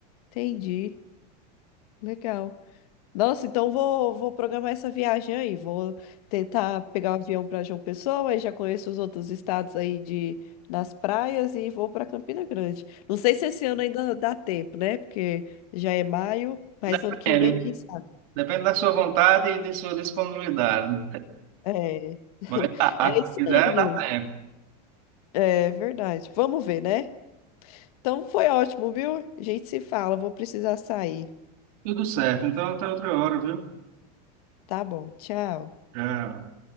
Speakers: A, on the left; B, on the right.
A: entendi. Legal. Nossa, então vou, vou programar essa viagem aí. Vou tentar pegar o avião para João Pessoa, aí já conheço os outros estados aí de nas praias e vou para Campina Grande. Não sei se esse ano ainda dá tempo, né? Porque já é maio, mas
B: Depende,
A: ano que vem, quem sabe?
B: depende da sua vontade e de sua disponibilidade.
A: É, <laughs>
B: Mas tá,
A: é
B: se
A: isso
B: quiser,
A: aí, Nil.
B: dá tempo.
A: É verdade. Vamos ver, né? Então foi ótimo, viu? A gente se fala, vou precisar sair.
B: Tudo certo, então até outra hora, viu?
A: Tá bom, tchau.
B: Já.